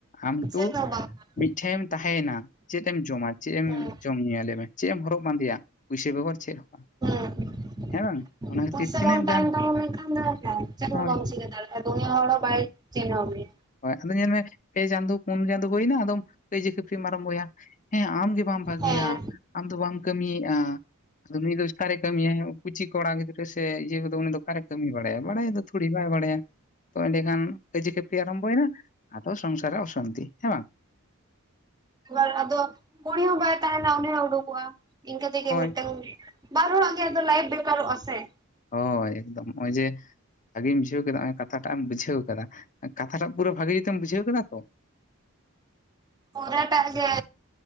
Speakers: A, on the left; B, on the right.
A: ᱟᱢ ᱛᱚ
B: ᱪᱮᱫ ᱦᱚᱸ ᱵᱟᱝ ᱠᱟᱱᱟ᱾
A: ᱢᱤᱫ ᱴᱷᱮᱢ ᱛᱟᱦᱮ ᱭᱮᱱᱟᱢ ᱪᱮᱫ ᱮᱢ ᱡᱚᱢᱟ ᱪᱮᱫ ᱮᱢ
B: ᱦᱮᱸ
A: ᱡᱚᱢ ᱧᱩᱭᱟ ᱞᱟᱹᱭ ᱢᱮ ᱪᱮᱫ ᱮᱢ ᱦᱚᱨᱚᱜ ᱵᱟᱸᱫᱮᱭᱟ ᱯᱩᱭᱥᱟᱹ ᱵᱮᱜᱚᱨ ᱪᱮᱫᱽ ᱦᱚ
B: ᱦᱩᱸ
A: ᱦᱮᱸ ᱵᱟᱝ ᱠᱷᱟᱹᱛᱤᱨ
B: ᱯᱩᱭᱥᱟᱹ
A: ᱛᱤᱱᱟᱹᱜ
B: ᱵᱟᱝ ᱛᱟᱦᱮᱱ
A: ᱜᱟᱱ
B: ᱛᱟᱢᱟ ᱢᱮᱱᱠᱟᱷᱟᱱ ᱫᱚ ᱪᱮᱫ
A: ᱦᱳᱭ
B: ᱦᱚ ᱵᱟᱢ ᱪᱤᱠᱟᱹ ᱫᱟᱲᱮ ᱫᱩᱱᱤᱭᱟᱹ ᱦᱚᱲ ᱦᱚ ᱵᱟᱭ ᱪᱤᱱᱷᱟᱹᱣ ᱢᱮᱭᱟ
A: ᱦᱚᱭ ᱟᱫᱚ ᱧᱮᱞᱢᱮ ᱯᱮ ᱪᱟᱸᱫᱚᱚ ᱯᱩᱱ ᱪᱟᱸᱫᱚᱚ ᱦᱩᱭᱱᱟ ᱟᱫᱚᱢ ᱠᱟᱹᱭᱡᱟ ᱠᱷᱟᱹᱯᱟᱹᱨᱤᱢ ᱟᱨᱟᱢ ᱵᱚᱭᱟ ᱦᱮᱸ ᱟᱢ ᱜᱮ ᱵᱟᱢ ᱵᱷᱟᱹᱜᱮᱭᱟ
B: ᱦᱮᱸ
A: ᱟᱢ ᱫᱚ ᱵᱟᱢ ᱠᱟᱹᱢᱤᱭᱮᱫᱼᱟ ᱟᱫᱚ ᱱᱩᱭ ᱫᱚ ᱚᱠᱟᱨᱮ ᱠᱟᱹᱢᱤᱭᱟᱭ ᱠᱩᱪᱤ ᱠᱚᱲᱟ ᱜᱤᱫᱽᱨᱟᱹ ᱥᱮ ᱤᱭᱟᱹ ᱠᱚᱫᱚ ᱩᱱᱤ ᱫᱚ ᱚᱠᱟᱨᱮ ᱠᱟᱹᱢᱤ ᱵᱟᱲᱟᱭᱟ ᱵᱟᱲᱟᱭ ᱫᱚ ᱛᱷᱩᱲᱤ ᱵᱟᱭ ᱵᱟᱲᱭᱟ ᱛᱚ ᱮᱸᱰᱮᱠᱷᱟᱱ ᱠᱟᱹᱭᱡᱟᱹ <unintelligible> ᱟᱨᱟᱢᱵᱚᱭᱱᱟ ᱟᱫᱚ ᱥᱚᱝᱥᱟᱨ ᱟᱜ ᱚᱥᱟᱱᱛᱤ ᱦᱮᱸ ᱵᱟᱝ?
B: <unintelligible> ᱟᱫᱚ ᱠᱩᱲᱤ ᱦᱚᱸ ᱵᱟᱭ ᱛᱟᱦᱮᱸᱱᱟ ᱩᱱᱤ ᱦᱚᱸ ᱩᱰᱩᱠᱚᱜᱼᱟ ᱤᱱᱠᱟᱹ ᱛᱮᱜᱮ
A: ᱦᱳᱭ
B: ᱢᱤᱫᱴᱟᱝ ᱵᱟᱨ ᱦᱚᱲ ᱟᱜ ᱜᱮ ᱟᱫᱚ ᱞᱟᱹᱭᱯᱷ ᱵᱮᱠᱟᱨᱚᱜᱼᱟ ᱥᱮ ᱾
A: ᱦᱚᱭ ᱮᱠᱫᱚᱢ ᱱᱚᱜᱼᱚᱭ ᱡᱮ ᱵᱷᱟᱜᱮᱢ ᱵᱩᱡᱷᱟᱹᱣ ᱠᱮᱫᱟ ᱱᱚᱜ ᱠᱟᱛᱷᱟᱴᱟᱜ ᱮᱢ ᱵᱩᱡᱷᱟᱹᱣ ᱠᱟᱫᱟ ᱾ ᱠᱟᱛᱷᱟ ᱴᱟᱜ ᱯᱩᱨᱟᱹ ᱵᱷᱟᱜᱤ ᱡᱩᱛᱮᱢ ᱵᱩᱡᱷᱟᱹᱣ ᱠᱟᱫᱟ ᱛᱚ?
B: ᱯᱩᱨᱟᱹᱴᱟᱜ ᱜᱮ᱾